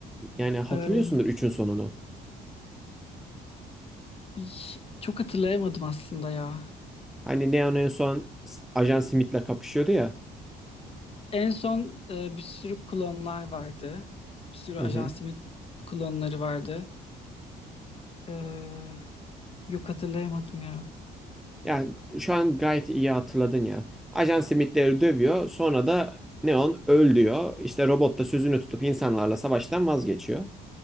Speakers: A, in the centre; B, on the left.
A: Yani hatırlıyorsundur
B: Ee,
A: üçün sonunu.
B: iş- çok hatırlayamadım aslında ya.
A: Hani Neon en son S- Ajan Smith'le kapışıyordu ya.
B: En son e, bir sürü klonlar vardı. Bir sürü
A: Hı
B: Ajan
A: hı.
B: Smith klonları vardı. Ee, yok hatırlayamadım ya.
A: Yani şu an gayet iyi hatırladın ya. Ajan Smith'leri dövüyor, sonra da Neon öl diyor. İşte robot da sözünü tutup insanlarla savaştan vazgeçiyor.